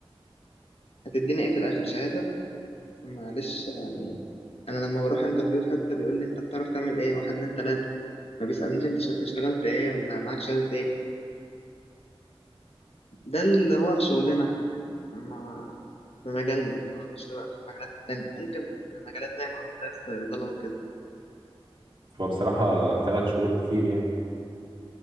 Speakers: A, on the left; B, on the right.
A: هتديني ايه في الاخر شهاده معلش يعني انا لما بروح انترفيو حتى بيقول لي انت بتعرف تعمل ايه واحد اتنين تلاته ما بيسالنيش انت ش- اشتغلت ايه ولا معاك شهاده ايه ده اللي هو في شغلنا احنا ما في مجالنا معرفش بقى في المجالات التانية ممكن في المجالات زي ما قلت زي الصيدلة وكده
B: هو بصراحة ثلاث شهور كتير يعني